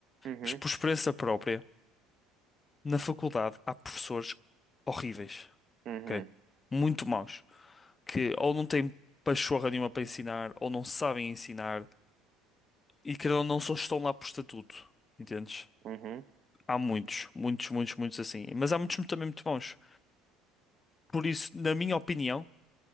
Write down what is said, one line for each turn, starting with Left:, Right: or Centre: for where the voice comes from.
Right: Uhum,
Left: Mas por experiência própria, na faculdade há professores horríveis,
Right: uhum,
Left: ok? Muito maus, que ou não têm pachorra nenhuma para ensinar, ou não sabem ensinar, e querendo ou não, só estão lá por estatuto, entendes?
Right: uhum,
Left: Há muitos, muitos, muitos, muitos assim. Mas há muitos também muito bons. Por isso, na minha opinião,